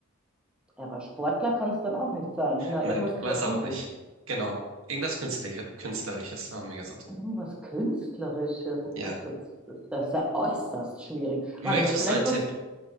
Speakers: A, in the centre; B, on the right (about 75°).
A: Ja, aber Sportler kann es dann auch nicht sein. Na,
B: Nein,
A: irgendwas Kreatives.
B: war es auch nicht. Genau. Irgendwas Künstler Künstlerisches, haben wir gesagt.
A: Irgendwas Künstlerisches.
B: Ja.
A: Also das das- das ist ja äußerst schwierig.
B: Möchtest
A: Warte mal, vielleicht
B: du einen Tipp?
A: was.